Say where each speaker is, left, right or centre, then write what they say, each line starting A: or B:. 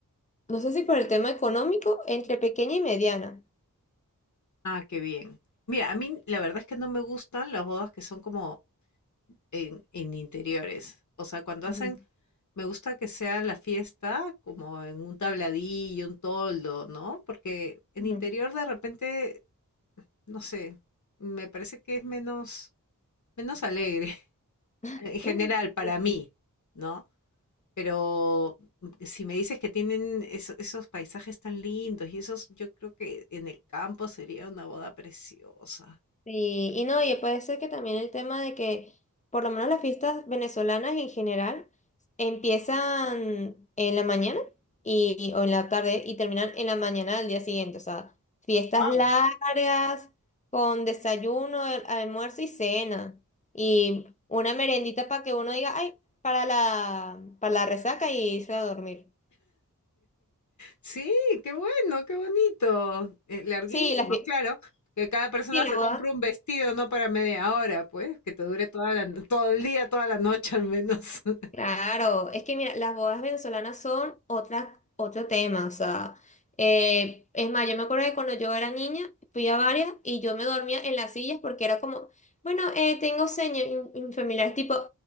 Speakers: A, on the left; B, on the left.
A: no sé si por el tema económico, entre pequeña y mediana.
B: Ah, qué bien. Mira, a mí la verdad es que no me gustan las bodas que son como en, en interiores. O sea, cuando
A: Ujú,
B: hacen, me gusta que sea la fiesta como en un tabladillo, un toldo, ¿no? Porque en
A: ujú.
B: interior de repente, no sé, me parece que es menos, menos alegre <laughs> en
A: <laughs>
B: general para
A: Sí,
B: mí,
A: sí.
B: ¿no? Pero mm, si me dices que tienen eso- esos paisajes tan lindos y esos, yo creo que en el campo sería una boda preciosa. <laughs>
A: Sí, y no, y puede ser que también el tema de que, por lo menos las fiestas venezolanas en general, empiezan en la mañana y, y- o en la tarde y terminan en la mañana del día siguiente. O sea, fiestas
B: Wow.
A: largas, con desayuno, el- almuerzo y cena. Y una merendita para que uno diga, ay, para la, para la resaca y irse a dormir.
B: Sí, qué bueno, qué bonito. Eh, larguísimos,
A: Sí, la, fie-
B: claro. Que cada persona
A: sí, la
B: se compre
A: boda.
B: un vestido, no para media hora, pues, que te dure toda la, no- todo el día, toda la noche al menos. <laughs>
A: Claro, es que mira, las bodas venezolanas son otra, otro tema, o sea, eh, es más, yo me acuerdo que cuando yo era niña fui a varias y yo me dormía en las sillas porque era como, bueno, eh, tengo sueño, y, y mi familia es tipo,